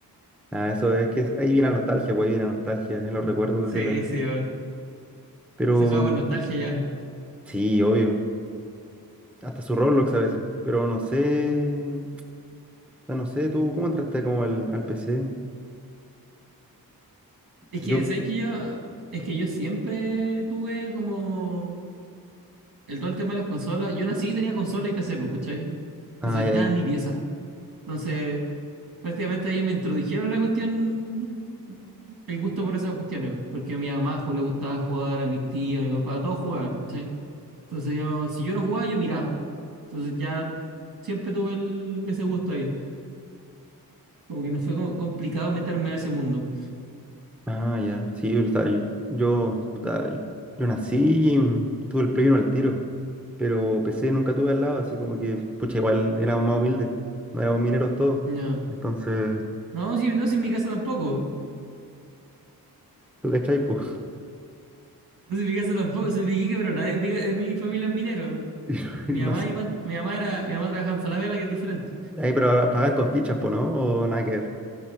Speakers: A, in the centre; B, on the right.
A: Nada, eso es que es- ahí viene la nostalgia, pues ahí viene la nostalgia, en los recuerdos
B: Sí,
A: de la.
B: sí, po.
A: Pero
B: se juega por nostalgia ya.
A: sí, obvio. Hasta su Roblox a veces. Pero no sé. o sea, No sé, tú, ¿cómo entraste como al, al PC?
B: Es
A: Yo.
B: que, ¿sabes que yo? Es que yo siempre tuve como el todo el tema de las consolas. Yo nací y tenía consola y PC, po, ¿cachai?
A: Ay,
B: Eso estaba
A: ay.
B: en mi pieza. Entonces, prácticamente ahí me introdujeron la cuestión, el gusto por esas cuestiones, porque a mi mamá ju- le gustaba jugar, a mi tía, a mi papá, todos jugaban, ¿cachai? Entonces yo, si yo no jugaba, yo miraba. Entonces ya siempre tuve el- ese gusto ahí. Como que no fue como complicado meterme a ese mundo.
A: Ah, ya. Sí, o sea, yo, yo, puta, yo- yo nací y mm, tuve el Play 1 al tiro. Pero PC nunca tuve al lado, así como que, pucha, igual éramos más humildes. No éramos mineros todos.
B: No,
A: Entonces,
B: no, si, no, si en mi casa tampoco.
A: ¿tú cachai, po? <laughs>
B: No, si en mi casa tampoco, soy de Iquique, pero nadie es de- es mi familia es minero.
A: Y no
B: Mi
A: y no
B: mamá,
A: sé.
B: y man- mi mamá era, mi mamá trabajaba en Falabella, que es diferente.
A: Ahí, pero pagan con fichas, po, ¿no? O nada que ver.